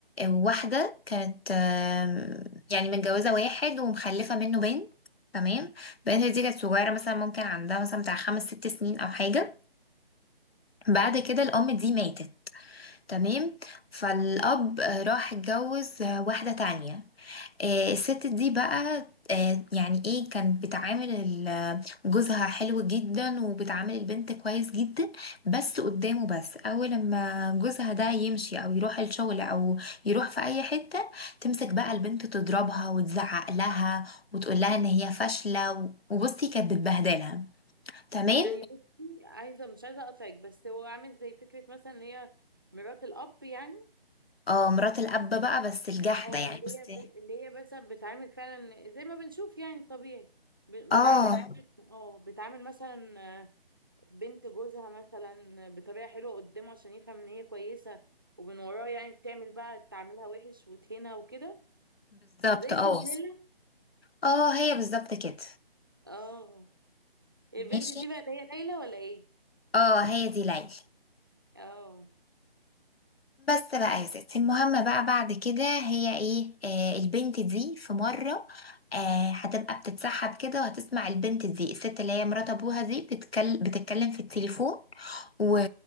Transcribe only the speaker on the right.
يعني بصي عايزه مش عايزه اقطعك بس هو عامل زي فكره مثلا ان هي مرات الاب يعني
اه
اللي
هي ب... اللي هي مثلا بتعامل فعلا زي ما بنشوف يعني طبيعي ب... بتعامل
اه بتعامل مثلا بنت جوزها مثلا بطريقة حلوة قدامه عشان يفهم ان هي كويسة ومن وراه يعني بتعمل بقى تعاملها وحش وتهينها وكده
زي
سندريلا
اه البنت
دي بقى اللي هي ليلى ولا ايه
اه